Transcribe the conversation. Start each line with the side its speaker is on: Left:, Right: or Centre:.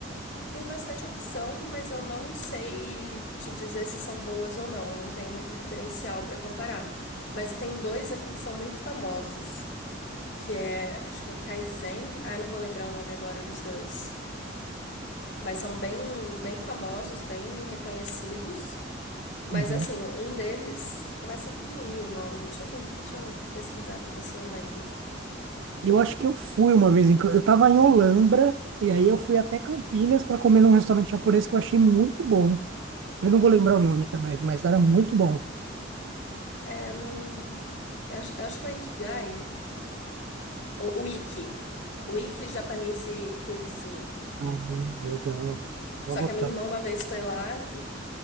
Left: Tem bastante opção, mas eu não sei te dizer se são boas ou não. Eu não tenho muito referencial para comparar. Mas tem dois aqui que são muito famosos, que é, acho que é o Kaizen. Ah, eu não vou lembrar o nome agora dos dois. Mas são bem, bem famosos, bem reconhecidos. Mas
Right: Uhum.
Left: assim, um deles começa com um I o nome. Deixa eu, ten- deixa eu pesquisar para ver se eu lembro.
Right: Eu acho que eu fui uma vez em. Cam- Eu tava em Olambra, e aí eu fui até Campinas para comer num restaurante japonês que eu achei muito bom. Eu não vou lembrar o nome também, mas era muito bom.
Left: É, eu não. Eu acho, eu acho que é o Ikigai. Ou o Iki. O Iki Japanese Cuisine.
Right: Ah, legal. Vou
Left: Só
Right: anotar.
Left: que a minha irmã uma vez foi lá e,